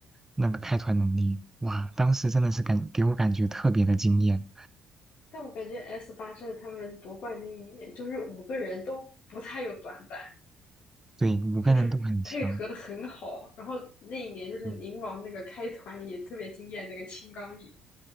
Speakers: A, on the right; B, on the left.
A: 那个开团能力，哇，当时真的是感给我感觉特别的惊艳，
B: 但我感觉 S 八这是他们夺冠那一年，就是五个人都不太有短板，
A: 对，五个人都很强。
B: 就是配合的很好。然后那一年就是宁王那个开团也特别惊艳，
A: 嗯
B: 那个青钢影，